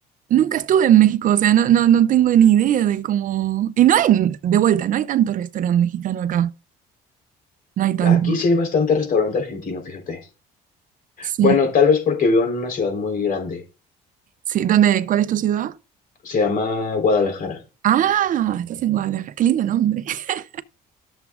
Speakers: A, on the right (about 50°); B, on the left (about 55°).
A: nunca estuve en México, o sea, no, no, no tengo ni idea de cómo. Y no hay, de vuelta, no hay tanto restaurante mexicano acá. No hay tanto.
B: aquí sí hay bastante restaurante argentino, fíjate.
A: Sí,
B: Bueno, tal vez porque vivo en una ciudad muy grande.
A: sí. ¿Dónde, cuál es tu ciudad?
B: Se llama Guadalajara,
A: Ah, estás en Guadalajara. Qué lindo nombre. <laughs>